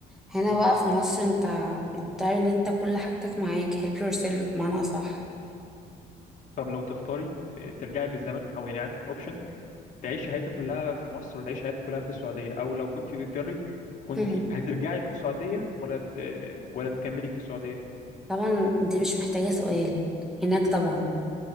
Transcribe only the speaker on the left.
مم.
طب لو تختاري ت- ترجعي بالزمن او يعني عندك الاوبشن تعيش حياتك كلها في مصر وتعيش حياتك كلها في السعودية أو لو كنت تقدري كنت
هترجعي من السعودية ولا ت... ولا تكملي في السعودية